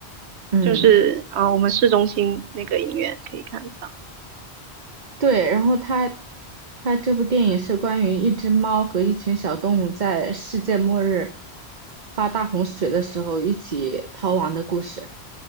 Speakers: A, on the right; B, on the right.
A: 嗯，
B: 就是啊，我们市中心那个影院可以看得到。
A: 对，然后它它这部电影是关于一只猫和一群小动物在世界末日发大洪水的时候一起逃亡的故事。